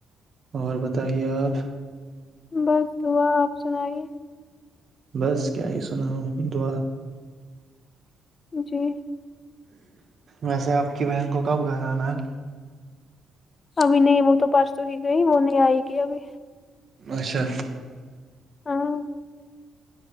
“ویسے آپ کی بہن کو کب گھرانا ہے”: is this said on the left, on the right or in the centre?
Right